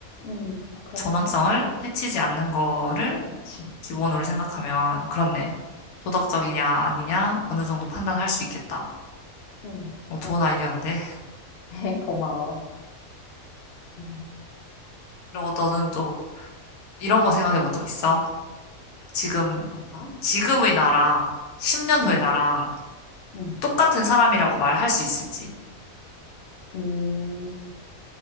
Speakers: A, on the left; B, on the left.
A: 음, 그런,
B: 존엄성을
A: 그,
B: 해치지 않는 거를
A: 그치.
B: 기본으로 생각하면 그렇네. 도덕적이냐 아니냐 어느 정도 판단할 수 있겠다.
A: 응,
B: 어,
A: 그럴
B: 좋은
A: 것
B: 아이디어인데.
A: 같아. <laughs> 고마워. 음,
B: 그리고 너는 또 이런 거 생각해 본 적 있어? 지금
A: 어떤가?
B: 지금의 나랑 10년
A: 응,
B: 후의 나랑
A: 응.
B: 똑같은 사람이라고 말할 수 있을지.
A: 음,